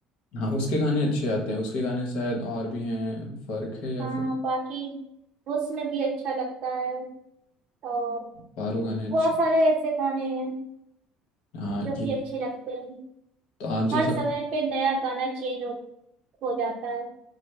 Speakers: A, on the left; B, on the right.
A: हाँ उसके गाने अच्छे आते हैं उसके गाने शायद और भी हैं फर्क है या
B: हाँ
A: फिर
B: बाकी हुस्न भी अच्छा लगता है और
A: पारो गाने अच्छे
B: बहुत सारे ऐसे गाने हैं
A: हाँ
B: जो
A: ये
B: कि अच्छे लगते हैं
A: तो आप
B: हर
A: जैसा
B: समय पे नया गाना चेंज होता हो जाता है